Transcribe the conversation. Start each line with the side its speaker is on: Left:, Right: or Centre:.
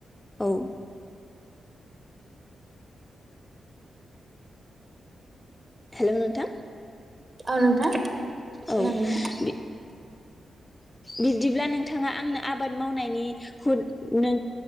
Left: औ हेल' नोंथां
Right: औ नोंथां। खोनादोंना
Left: औ बि बिबदिब्ला नोंथाङा आंनो आबाद मावनायनि हुद नों